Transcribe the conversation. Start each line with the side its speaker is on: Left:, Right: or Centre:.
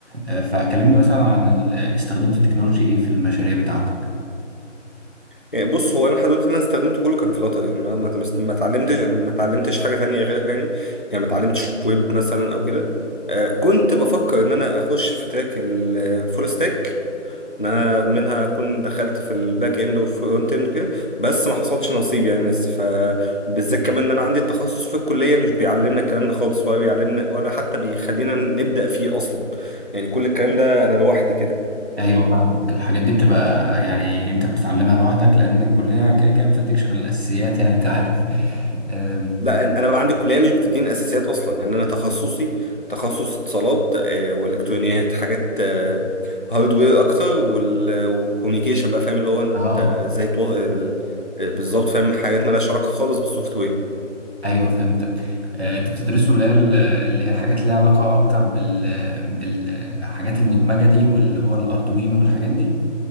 Right: آه، فكلمني مثلا عن ال- استخدمت التكنولوجي ايه في المشاريع بتاعتك
Left: يعني بص هو انا لحد دلوقتي اللي انا استخدمته كله كان فلاتر يعني ما ما ما ما اتعلمتش انا ما اتعلمتش حاجه تانية غيرها يعني يعني ما اتعلمتش ويب مثلا او كده آه كنت بفكر ان انا اخش في تراك الفول ستاك ان انا منها اكون دخلت في الباك اند والفرونت اند وكده بس ما حصلش نصيب يعني لسه فبالذات كمان ان انا عندي التخصص في الكليه مش بيعلمنا الكلام ده خالص ولا بيعلمنا ولا حتى بيخلينا نبدا فيه اصلا يعني كل الكلام ده انا لوحدي كده
Right: ايوه فاهمك الحاجات دي بتبقى يعني انت بتتعلمها لوحدك لان الكليه كده كده ما بتديكش غير الاساسيات يعني انت عارف آم،
Left: لا أن- انا بقى عندي كليه مش بتديني الاساسيات اصلا يعني انا تخصصي تخصص اتصالات آه، والكترونيات حاجات آه، هاردوير اكتر والكوميونيكيشن بقى فاهم اللي هو
Right: اه
Left: انت ازاي تو... ال- آه، بالظبط فاهم حاجات مالهاش علاقه خالص بالسوفت وير
Right: ايوه فهمتك آه، انتوا بتدرسوا اللي هي ال- اللي هي حاجات ليها علاقه اكتر بال بالحاجات المدمجه دي واللي هو الاردوينو والحاجات دي